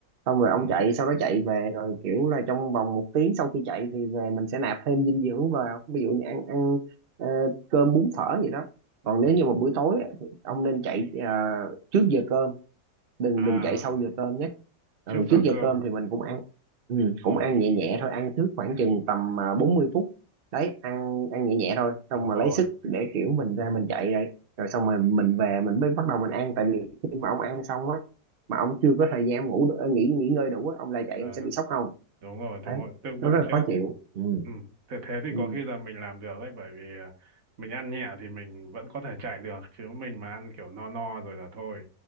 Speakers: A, on the right; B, on the right.
A: Xong rồi ông
B: ừ.
A: chạy, sau đó chạy về rồi kiểu là trong vòng một tiếng sau khi chạy thì về mình sẽ nạp thêm dinh dưỡng vào, ví dụ như ăn ăn ờ, cơm bún phở gì đó.
B: Ừ.
A: Còn nếu như mà buổi tối á, thì ông nên chạy ờ, trước giờ cơm đừng
B: à
A: đừng chạy sau giờ cơm nhé ừ,
B: trước
A: trước
B: giờ
A: giờ
B: cơm
A: cơm thì mình cũng ăn ừ, cũng
B: ừ.
A: ăn nhẹ nhẹ thôi ăn trước khoảng chừng tầm à, bốn mươi phút đấy ăn ăn nhẹ nhẹ thôi xong
B: đúng
A: mà
B: rồi
A: lấy sức để kiểu mình ra mình chạy rồi rồi xong rồi mình về mình mới bắt đầu mình ăn tại vì khi mà ông ăn xong á mà ông chưa có thời gian ông ngủ đ- nghỉ nghỉ ngơi đủ á ông lại chạy
B: à,
A: ông sẽ bị sốc không
B: đúng rồi đúng
A: đấy
B: rồi tức
A: nó
B: bụng
A: rất
B: chết
A: là khó chịu ừ.
B: ừ. thế thế thì
A: Ừ.
B: có khi là mình làm được đấy bởi vì à, mình ăn nhẹ thì mình vẫn có thể chạy được chứ mình mà ăn kiểu no no rồi là thôi